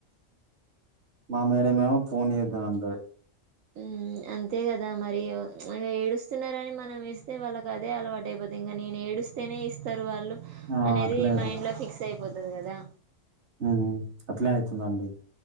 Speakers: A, on the right; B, on the right.
A: మా మేడమ్ మెమో ఫోన్ ఇయ్యద్దని అంటది
B: మ్మ్ హ్ అంతే కదా మరి ప్చ్ ఏడుస్తున్నారని మనం ఇస్తే వాళ్ళకి అదే అలవాటు అయిపోతంది ఇంకా నేను ఏడు స్తనే ఇస్తారు వాళ్ళు
A: ఆ!
B: అనేది
A: అట్లనే
B: మైండ్ లో ఫిక్స్ అయిపోతది కదా
A: మ్మ్ అట్లనే అవుతుందండి